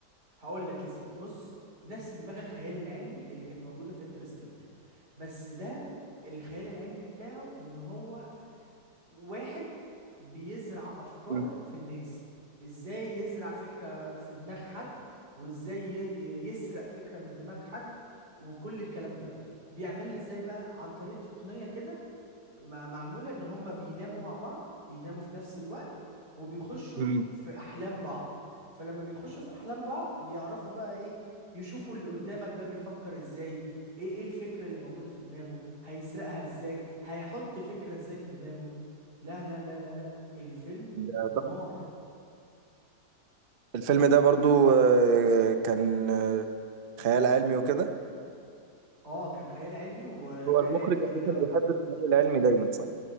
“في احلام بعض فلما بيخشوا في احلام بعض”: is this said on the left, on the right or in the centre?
Right